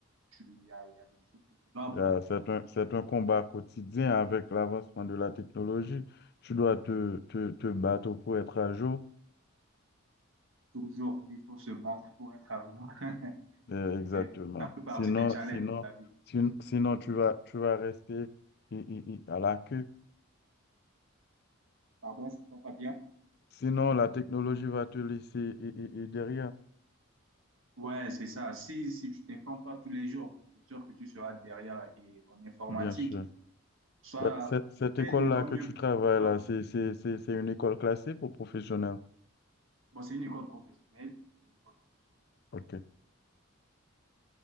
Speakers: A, on the right; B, on the left.
A: tu- il y a, il y a des choses que tu dois apprendre.
B: Euh, C'est un, c'est un combat quotidien avec l'avancement de la technologie. Tu dois te, te, te battre pour être à jour.
A: Toujours, il faut se battre pour être arrivant. <laughs>
B: Euh, Exactement.
A: C'est ça fait partie
B: Sinon,
A: des challenges
B: sinon,
A: de la vie.
B: sin- sinon tu vas, tu vas rester i- i- i- à la queue.
A: Pardon, je ne t'entends pas bien.
B: Sinon, la technologie va te laisser i- i- i derrière,
A: Ouais, c'est ça. Si, si tu t'informes pas tous les jours, c'est sûr que tu seras derrière. Et en informatique,
B: bien sûr.
A: soit
B: Bah, cette cette
A: fais
B: école-là
A: de ton mieux
B: que tu travailles
A: pour être au
B: là,
A: top.
B: c'est c'est- c'est- c'est une école classée pour professionnels.
A: Bon, c'est une école professionnelle. C'est une école professionnelle
B: OK,